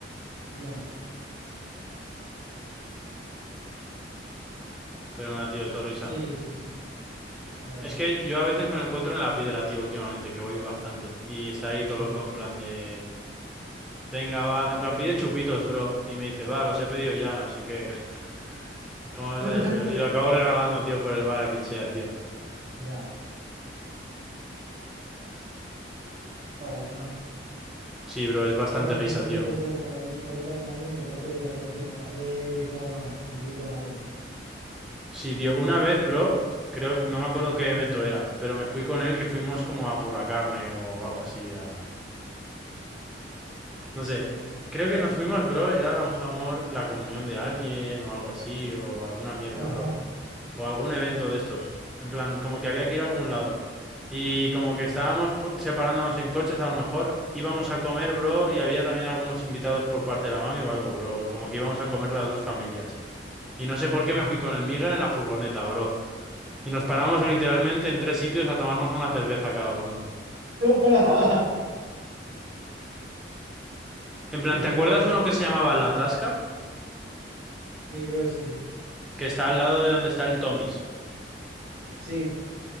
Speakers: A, on the right; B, in the centre.
A: ya,
B: Pero nada, tío, todo risa.
A: sí, sí, ya ves.
B: Es que yo a veces me lo encuentro en la piedra, tío, últimamente, que voy bastante. Y está ahí
A: Sí.
B: todo loco en plan de... Venga, va. En plan, pide chupitos, bro. Y me dice, va, los he pedido ya, no sé qué. <laughs> ¿Cómo
A: <laughs>
B: vas a hacer el feo? Y lo acabo regalando, tío, por el bar a quien sea, tío.
A: Ya, está bueno.
B: Sí, bro, es bastante
A: Todo gracioso
B: risa,
A: tiene
B: tío.
A: que ser estar ahí por ahí caminando y encontrártelo de repente y como, hey, toma, te invito a algo.
B: Sí, tío, una vez, bro, creo que no me acuerdo
A: Ajá,
B: qué evento era, pero me fui con él que fuimos como a por la carne o algo así, a... No
A: sí,
B: sé, creo que nos fuimos, bro, era a lo mejor la comunión de alguien o algo así, o alguna mierda,
A: ajá,
B: bro. O algún evento de estos. En plan, como que había que ir a algún lado. Y como que
A: sí,
B: estábamos pu- separándonos en coches, a lo mejor íbamos a comer, bro, y había también algunos invitados por parte de la mami o algo, bro. Como que íbamos a comer las dos familias. Y no sé por
A: sí,
B: qué me fui con el Miguel en la furgoneta, bro. Y nos
A: ajá.
B: paramos literalmente en tres sitios a tomarnos una cerveza cada uno.
A: <laughs>
B: En plan,
A: Qué guapo.
B: ¿te acuerdas uno que se llamaba La Tasca?
A: Sí, creo que sí.
B: Que está al lado de donde está el Tommy's.
A: Sí,